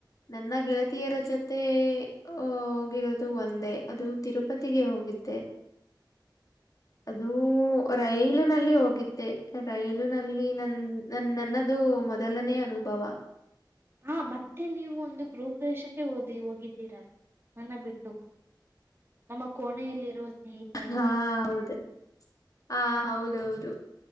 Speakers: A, on the left (about 45°); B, on the right (about 30°).
A: ನನ್ನ ಗೆಳತಿಯರ ಜೊತೆ ಹೋಗಿರೋದು ಒಂದೇ ಅದು ತಿರುಪತಿಗೆ ಹೋಗಿದ್ದೆ ಅದುೂ ರೈಲು ನಲ್ಲಿ ಹೋಗಿದ್ದೆ ರೈಲು ನಲ್ಲಿ ನನ್ ನನ್ ನನ್ನದು ಮೊದಲನೇ ಅನುಭವ
B: ಹಾ ಮತ್ತೆ ನೀವು ಒಂದು ಗೃಹ ಪ್ರದೇಶಕ್ಕೆ ಓದಿ ಹೋಗಿದ್ದೀರಲ್ಲ ನನ್ನ ಬಿಟ್ಟು ನಮ್ಮ ಕೋಣೆಯಲ್ಲಿರುವ ಸ್ನೇಹಿತರೊಂದಿಗೆ
A: ಹಾ ಹೌದು ಹ ಹೌದೌದು